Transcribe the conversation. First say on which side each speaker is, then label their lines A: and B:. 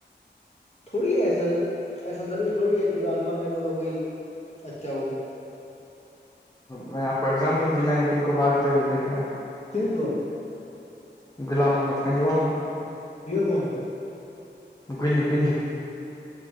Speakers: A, on the left (about 35°); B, on the left (about 20°).
A: تھوڑی ہے ایسا ایسا ضروری تھوڑی ہے کہ جو الفاامیل ہوگا وہی اچھا ہوگا
B: میں آپ کو ایگزامپل دی میں نے کن کو باگتے ہوئے دیکھا
A: کن کو
B: غلام محمد کجوال گوو
A: کون ہے
B: گلی گنلی